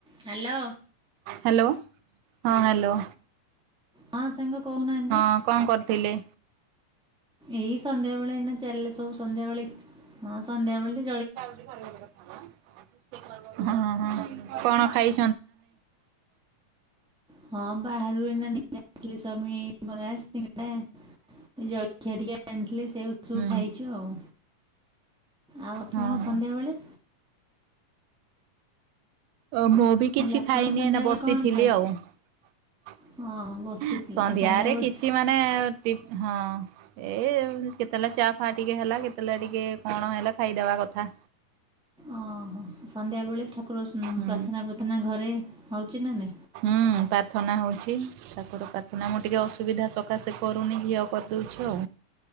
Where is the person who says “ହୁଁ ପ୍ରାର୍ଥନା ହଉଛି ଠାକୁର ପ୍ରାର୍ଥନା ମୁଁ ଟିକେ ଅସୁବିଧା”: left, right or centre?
Right